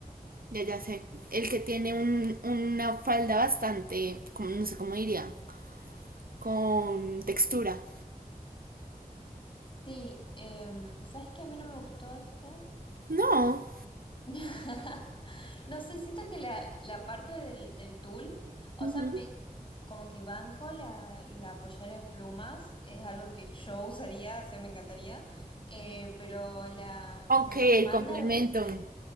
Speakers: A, on the right; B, on the left.
A: ya ya sé. El que tiene un, una falda bastante, como, no sé cómo diría, con textura.
B: Sí, em, ¿sabes qué a mí no me gustó este?
A: No.
B: <laughs> No sé, siento que la, la parte del, del tul, o
A: Ujú.
B: sea, me como que banco la, la pollera de plumas, es algo que yo usaría, o sea, me encantaría, eh, pero la,
A: Ok,
B: la falda
A: el complemento.
B: de, de,